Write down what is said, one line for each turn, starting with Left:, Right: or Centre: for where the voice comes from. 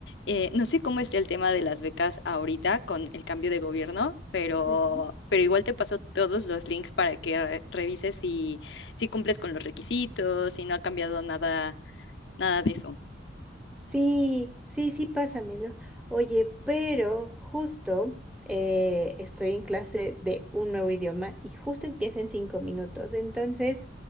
Left: Eh, no sé cómo está el tema de las becas ahorita con el cambio de gobierno, pero,
Centre: Ujú.
Left: pero igual te paso todos los links para que re- revises si, si cumples con los requisitos, si no ha cambiado nada, nada de eso.
Centre: Sí, sí, sí, pásamelo. Oye, pero justo eh, estoy en clase de un nuevo idioma y justo empieza en cinco minutos. Entonces,